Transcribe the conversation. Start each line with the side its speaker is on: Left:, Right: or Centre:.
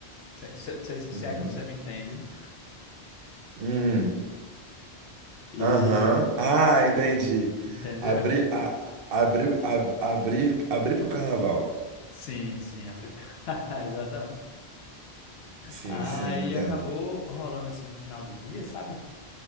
Left: Se, se, se,
Right: Uhum.
Left: se é que você me entende. <laughs>
Right: Hum,
Left: E
Right: aham. Ah, entendi.
Left: entendeu?
Right: Abrir, a, abrir, ab, abrir, abrir pro carnaval.
Left: Sim, sim, abrir <laughs> exatamente.
Right: Sim,
Left: Aí
Right: sim, entendo.
Left: acabou rolando assim no final do dia, sabe?